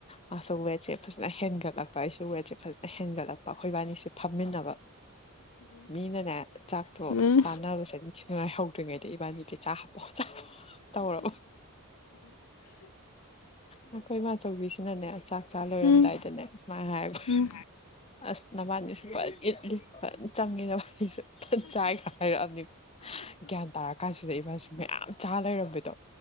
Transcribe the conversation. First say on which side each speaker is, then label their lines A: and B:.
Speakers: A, on the left; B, on the left.
A: ꯃꯥꯁꯨ ꯋꯦꯠꯁꯦ ꯐꯖꯅ ꯍꯦꯟꯒꯠꯂꯛꯄ ꯑꯩꯁꯨ ꯋꯦꯠꯁꯦ ꯐꯖꯅ ꯍꯦꯟꯒꯠꯂꯛꯄ ꯑꯩꯈꯣꯏꯕꯥꯅꯤꯁꯦ ꯐꯝꯃꯤꯟꯅꯕ ꯃꯤꯅꯅꯦ ꯆꯥꯛꯇꯣ
B: ꯎꯝ
A: ꯁꯥꯟꯅꯕꯁꯗꯤꯉꯥꯏꯍꯧꯗ꯭ꯔꯤꯉꯩꯗ ꯏꯕꯥꯅꯤꯗꯤ ꯆꯥꯛ ꯍꯥꯞꯄꯣ ꯆꯥꯄꯣ ꯇꯧꯔ ꯑꯩꯈꯣꯏ ꯏꯃꯆꯧꯕꯤꯁꯤꯅꯅꯦ ꯆꯥꯛ ꯆꯥ ꯂꯣꯏꯔꯝꯗꯥꯏꯗꯅꯦ
B: ꯎꯝ
A: ꯁꯨꯃꯥꯏꯅ ꯍꯥꯏꯔꯒ
B: ꯎꯝ
A: ꯑꯁ ꯅꯕꯥꯅꯤ ꯁꯄ ꯏꯠꯂꯤ ꯆꯪꯉꯤꯅꯅꯕ ꯑꯩꯁꯦ ꯆꯥꯏꯒ ꯍꯥꯏꯔꯛꯑꯕꯅꯤꯀ ꯒ꯭ꯌꯥꯟ ꯇꯥꯔ ꯀꯥꯟꯁꯤꯗ ꯏꯕꯥꯁꯤꯦ ꯃꯌꯥꯝ ꯆꯥ ꯂꯩꯔꯝꯕꯗꯣ